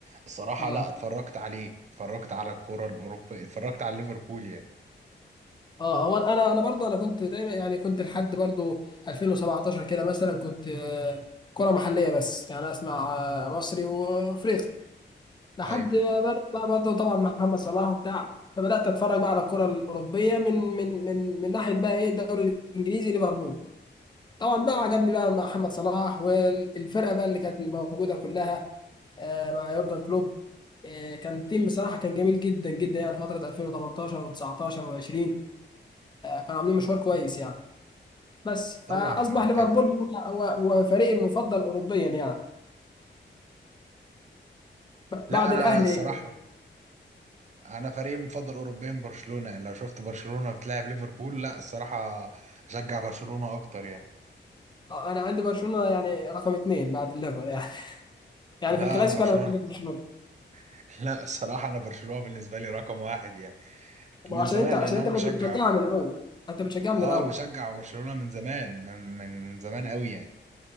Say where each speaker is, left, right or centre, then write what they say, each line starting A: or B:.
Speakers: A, on the right (about 40°); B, on the left (about 25°).
A: الصراحه
B: اه
A: لا اتفرجت عليه اتفرجت على الكره الاوروبيه اتفرجت على ليفربول يعني
B: اه هو انا انا برضو انا كنت دايما يعني كنت لحد برضو 2017 كده مثلا كنت آه، كرة محلية بس يعني اسمع آه، مصري وافريقي لحد
A: ايوه
B: ما بدأ بقى برضه طبعا محمد صلاح وبتاع فبدات اتفرج بقى على الكره الاوروبيه من من من من ناحيه بقى ايه الدوري الانجليزي ليفربول طبعا بقى عجبني بقى محمد صلاح والفرقه بقى اللي كانت موجوده كلها آه، مع يورجن كلوب آه، كان التيم بصراحه كان جميل جدا جدا يعني فتره 2018 و19 و20 كانوا عاملين مشوار كويس يعني بس
A: طبعا
B: فاصبح ليفربول
A: كف
B: هو هو هو فريقي المفضل اوروبيا يعني ب-
A: لا
B: بعد
A: انا
B: الاهلي
A: الصراحه انا فريقي المفضل اوروبيا برشلونه يعني لو شفت برشلونه بتلاعب ليفربول لا الصراحه اشجع برشلونه اكتر يعني
B: آه، انا عندي برشلونه يعني رقم اثنين بعد الليفر يعني <laughs> يعني
A: لا
B: في الكلاسيكو
A: انا برشلونه
B: انا بشجع برشلونه
A: <laughs> لا الصراحة أنا برشلونة بالنسبة لي رقم واحد يعني
B: ما
A: من
B: عشان
A: زمان
B: انت عشان
A: لأن أنا
B: انت كنت
A: بشجع
B: بتشجعها من الاول انت بتشجعها
A: آه
B: من الاول
A: أنا بشجع برشلونة من زمان من من زمان قوي يعني